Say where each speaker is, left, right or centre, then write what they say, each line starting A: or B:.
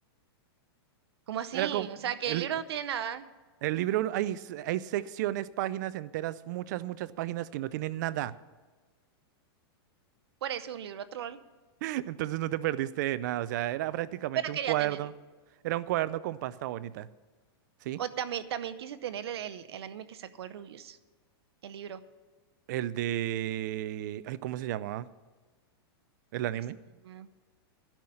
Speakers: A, on the right; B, on the right.
A: ¿Cómo así?
B: Era como,
A: O sea, que
B: el,
A: el libro
B: li-
A: no tiene nada.
B: el libro, hay, s- hay secciones, páginas enteras, muchas, muchas páginas que no tienen nada.
A: Por eso un libro troll,
B: <laughs> Entonces no te perdiste de nada, o sea, era prácticamente
A: pero
B: un
A: quería
B: cuaderno.
A: tenerlo.
B: Era un cuaderno con pasta bonita, ¿sí?
A: O también, también quise tener el, el- el anime que sacó el Rubius, el libro,
B: El de... Ay, ¿cómo se llamaba? ¿El
A: creo
B: anime?
A: que se llama,